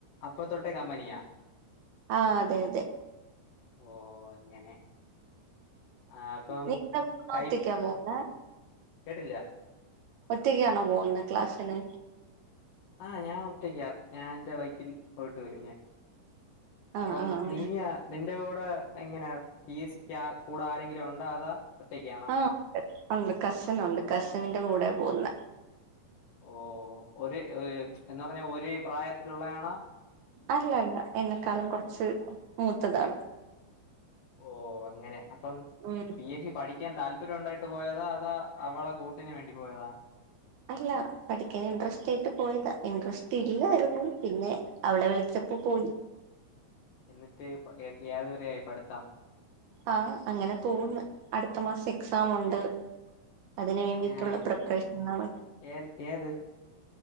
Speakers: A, on the left; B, on the right.
A: അപ്പ തൊട്ടേ കമ്പനിയാ
B: ആഹ് അതെ അതെ
A: ഓ അങ്ങനെ ആ അപ്പം
B: നീ
A: ടൈപ്പ്
B: ഒറ്റക്കാ പോകുന്നെ
A: കേട്ടില്ല
B: ഒറ്റക്കാണോ പോകുന്നത് ക്ലാസ്സിന്
A: ആ ഞാൻ ഒറ്റയ്ക്ക ഞാൻ എൻന്റെ ബൈക്കിൽ പോയിട്ട് വരും ഞാൻ
B: ആഹ്
A: അപ്പം
B: ആഹ്
A: നീയ നിന്റെ കൂടെ എങ്ങനെ പി എ സിക്ക് കൂടെ ആരെങ്കിലും ഉണ്ടാ അതാ ഒറ്റക്ക
B: ആ ഉണ്ട് കസിൻ ഉണ്ട് കസിന്റെ കൂടെ പോകുന്നേ
A: ഓ ഒരേ എന്ന് പറഞ്ഞാ ഒരേ പ്രായത്തിലുള്ളതാണാ
B: അല്ല അല്ല എന്നെക്കാളും കുറച്ച് മൂത്തതാണ്
A: ഓ അങ്ങനെ അപ്പം
B: ഉം
A: പി എസ് സി പഠിക്കാൻ താല്പര്യം ഉണ്ടായിട്ട് പോയതാ അതാ അവളെ കൂട്ടിന് വേണ്ടി പോയതാ
B: അല്ല പഠിക്കാൻ ഇൻട്രസ്റ്റ് ആയിട്ട് പോയതാ ഇൻട്രസ്റ്റ് ഇല്ലായിരുന്നു പിന്നെ അവൾ വിളിച്ചപ്പോ പോയി
A: എന്നിട്ട് യാതുവരായി പടുത്താം
B: ആ അങ്ങനെ പോവ്ന്ന് അടുത്ത മാസം എക്സാം ഉണ്ട് അതിന് വേണ്ടിയിട്ടുള്ള
A: ഏഹ്
B: പ്രിപ്പറേഷനുകളാ
A: ഏത് ഏത്